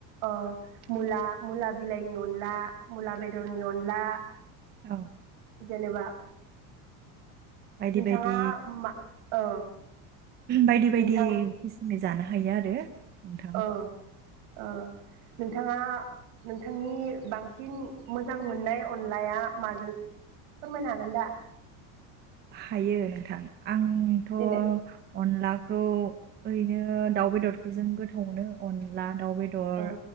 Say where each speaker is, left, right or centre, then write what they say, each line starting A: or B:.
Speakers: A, on the right (about 65°); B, on the right (about 25°).
A: अ मुला मुला बिलाइनि अनला मुला बेदरनि अनला।
B: औ
A: जेनेबा
B: बायदि
A: नोंथांआ
B: बायदि
A: मा ओ
B: बायदि बायदि
A: नोंथां
B: खिसुमनि जानो हा हायो आरो नोंथां।
A: ओ ओ नोंथांआ नोंथांनि बांसिन मोजां मोननाय अनलाया माजों फोरमायनो हागोन दा?
B: हायो नोंथां आंथ'
A: देलाय
B: अनलाख खौ ओरैनो दाउ बेदरफोरजों गोथाव मोनो। अनला दाउ बेदर
A: ओ